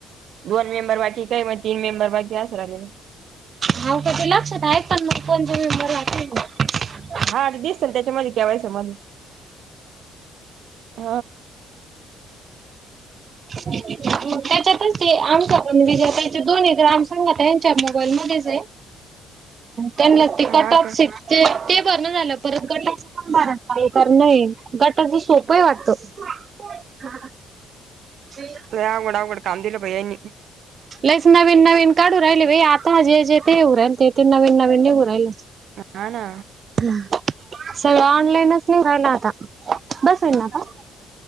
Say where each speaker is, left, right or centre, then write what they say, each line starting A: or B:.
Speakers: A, on the right (about 60°); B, on the right (about 35°).
A: दोन मेंबर बाकी काय मग तीन मेंबर बाकी असं राहिले.
B: हाऊ का ते लक्षात आहे पण मग कोणचे मेंबर लागताहेत ते.
A: हा दिसल त्याच्यामध्ये के वाय सी मध्ये. <inaudible>
B: मग त्याच्यातच ते आमचा पण विजयाताई चे दोन हे त ग्राम संघात हाय. च्या मोबाल मध्येच हे त्यांना ते
A: हा
B: कटऑफ
A: का
B: सीट. ते ते भरण झालं परत गटाच पण भरा ते करण हे गटाची सोप हे वाटत. हा ते <inaudible>
A: लई आवघड आवघड काम दिलं बाई यांनी.
B: लईच नवीन नवीन काढू राहिली बाई आता हा जे जे ते हे होवू राह्यलं ते ते नवीन नवीन निघू राह्यल.
A: हा ना,
B: अ सगळं ऑनलाईनच निघाल आता बसेल ना ग.